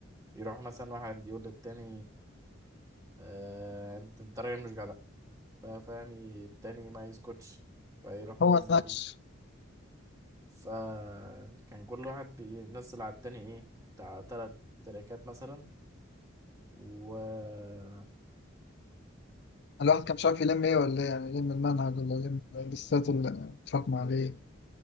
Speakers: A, on the right; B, on the left.
A: يروح مثلا واحد يقول للتاني آه انت انت راجل مش جدع فاهم التاني ما يسكتش فيروح منزل
B: هو نكش
A: فكان كل واحد بينزل على التاني ايه بتاع تلات تراكات مثلا و اه
B: الواحد كان مش عارف يلم ايه ولا ايه يعني يلم المنهج ولا يلم الدسات اللي اتراكم عليه